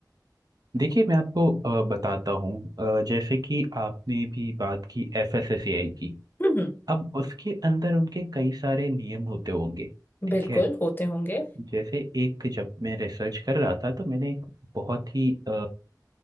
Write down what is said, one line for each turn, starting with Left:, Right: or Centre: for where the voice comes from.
Right: देखिए मैं आपको अ, बताता हूँ अ, जैसे कि आपने भी बात की एफएसएसएआई की
Left: हम्म
Right: अब उसके अंदर उनके कई सारे नियम होते होंगे ठीक
Left: बिल्कुल
Right: है
Left: होते होंगे
Right: जैसे एक जब मैं रिसर्च कर रहा था तो मैंने एक बहुत ही अ,